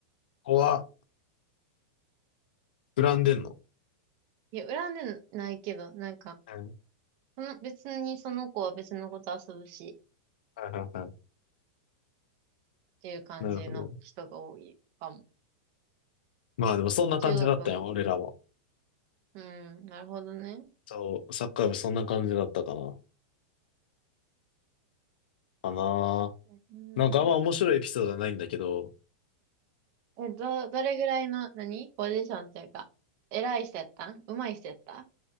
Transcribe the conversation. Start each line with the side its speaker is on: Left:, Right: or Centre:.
Left: ここは、膨らんでんの
Right: いや、恨んでないけど、なんか、
Left: うん。
Right: その別にその子は別の子と遊ぶし、
Left: はいはいはい。
Right: っていう感じの人が多いかも。
Left: なるほど。まあでもそんな感じだったよ、
Right: 中学も。
Left: 俺らも。
Right: うん、なるほどね。
Left: そう、サッカー部そんな感じだったかな。かな。
Right: うん。
Left: なんかあんま面白いエピソードはないんだけど、
Right: え、ど、どれぐらいの、何ポジションというか、偉い人やったん上手い人やった